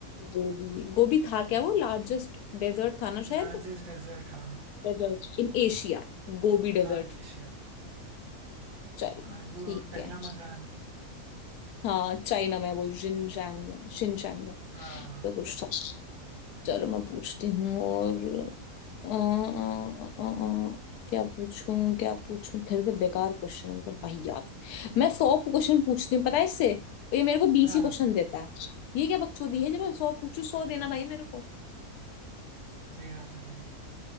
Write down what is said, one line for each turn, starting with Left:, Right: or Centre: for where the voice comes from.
Left: गोबी गोबी था क्या वो लार्जेस्ट डेजर्ट था ना शायद
Right: लार्जेस्ट डेजर्ट हाँ
Left: Desert in Asia Gobi desert
Right: हाँ एशिया
Left: चलो
Right: और वो
Left: ठीक
Right: टकला
Left: है
Right: मकान
Left: हाँ चाइना में वो जिनचैंग में शिनचैंग में
Right: हाँ
Left: तो कुछ था चलो मैं पूछती हूँ और अ, अ, अ, अ, अ, क्या पूछूं क्या पूछूं फिर से बेकार क्वेश्चन है मतलब वही याद मैं सौ क्वेश्चन पूछती हूँ पता है इससे और ये मेरे को बीस
Right: हाँ
Left: ही क्वेश्चन देता है ये क्या बकचोदी है जब मैं सौ पूछू सौ देना भाई मेरे को
Right: सही बात है भाई